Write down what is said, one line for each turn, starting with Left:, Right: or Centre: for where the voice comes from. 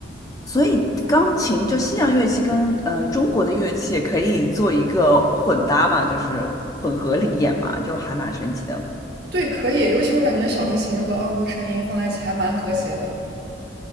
Left: 所以钢琴就西洋乐器跟呃中国的乐器可以做一个混搭嘛，就是混合里演嘛，就还蛮神奇的。
Right: 对，可以，尤其是我感觉小提琴和二胡的声音放在一起还蛮和谐的。